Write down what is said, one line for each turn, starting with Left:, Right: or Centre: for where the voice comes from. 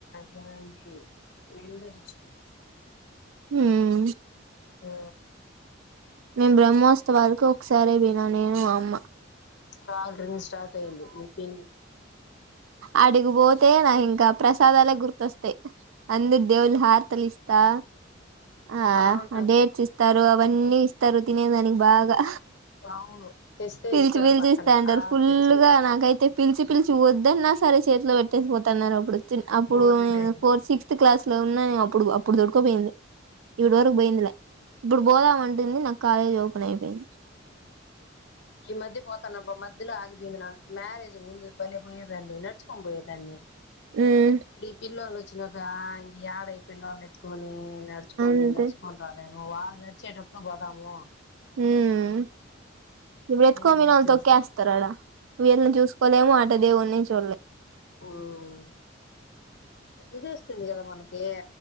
Left: దాందీ రెండు జూసుకొని వచ్చినమ్
Right: ఉమ్
Left: ఆ
Right: మేము బ్రహ్మోత్సవాలకు ఒకసారే బోయినం నేను మా అమ్మ
Left: కాల్ రింగ్ స్టార్ట్ అయింది మీ పిన్ని
Right: ఆడిగిబోతే నా ఇంకా ప్రసాదాలే గుర్తొస్తయ్ అందరి దేవుల హారతిలిస్తా ఆ
Left: బాగుంటది
Right: డేట్స్ ఇస్తారు అవన్నీ ఇస్తారు తినే దానికి బాగా
Left: అవును తెస్తే
Right: పిలిచి
Left: ఇస్తారు
Right: పిలిచి
Left: పక్కన
Right: ఇస్తా అంటారు
Left: ఆ
Right: ఫుల్
Left: తెచ్చి
Right: గా నాకైతే పిలిచి పిలిచి వద్దు సరే చేతిలో పెట్టేసిపోతున్నారు అప్పుడు అప్పుడు
Left: పోనీలే
Right: నేను ఫోర్ సిక్స్త్ క్లాస్ లో ఉన్నా అప్పుడు అప్పుడు దొర పోయింది ఇప్పడి వరకు పోయిందిలే ఇప్పుడు బోదాంమంటుంది నాకు కాలేజ్ ఓపెన్ అయిపోయింది.
Left: ఈ మధ్య బోతాన్న అబ్బా మధ్యలో ఆగిపోయింది నాకు మ్యారేజ్ ముందు భలే బోయేదాన్ని నడుచుకోని పోయేదాన్ని
Right: ఉమ్
Left: ఈ పిల్లోల్లు వ చ్చిన కానించి ఏడ ఈ పిళ్లోళ్ళ ఎత్తుకొని నడుచుకొని
Right: అంతే
Left: బోయ్ నడుచుకొని రాలేను వాళ్ళు నడిచేటప్పుడు బోదామ్ యా
Right: ఉమ్ నువ్వు యెత్తుకొని
Left: ఎళ్ళొచ్చేస్తాం
Right: బోయినా తొక్కేస్తారు ఆడా వీళ్ళని చూసుకోలేము అటు దేవున్ని చూడలేం
Left: ఉమ్ ఇది వస్తుంది గదా మనకి